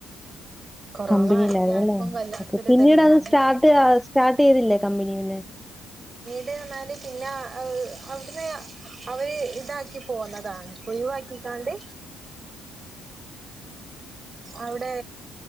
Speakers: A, on the right (about 30°); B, in the centre.
A: കൊറോണ
B: കമ്പനിയിലായിരുന്നുല്ലേ.
A: എല്ലാർക്കും വല്ലാത്തൊരു
B: ഓകെ പിന്നീട്
A: ഇതല്ലേനു.
B: അത്
A: അന്ന്
B: സ്റ്റാർട്ട്ആഹ് സ്റ്റാർട്ട് യ്യ്തില്ലേ? കമ്പനിം മന്ന്
A: വിടെ ന്നാല് പിന്നെ അവിടുന്ന് അവര് ഇതാക്കി പോന്നതാണ് ഒഴിവാക്കിക്കാണ്ട് അവിടെ